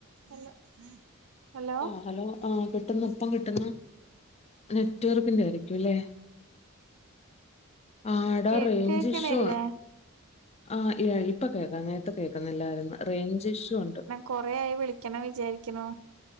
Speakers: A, on the right; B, on the left.
A: Hello hello
B: ആഹ് hello ആഹ് കിട്ടുന്നപ്പം കിട്ടുന്ന നെറ്റ് വർക്കിന്റെ ആയിരിക്കും ല്ലേ. ആടാ
A: കേ
B: റെയ്ഞ്ച്
A: കേക്കണില്ലേ
B: ഇഷ്യൂ ആഹ് എ ഇപ്പ കേക്കാം നേർത്തെ കേക്കുന്നില്ലായിരുന്നു റേഞ്ച് ഇഷൂ ഉണ്ട്.
A: കൊറെയായി വിളിക്കണം വിചാരിക്കുന്നു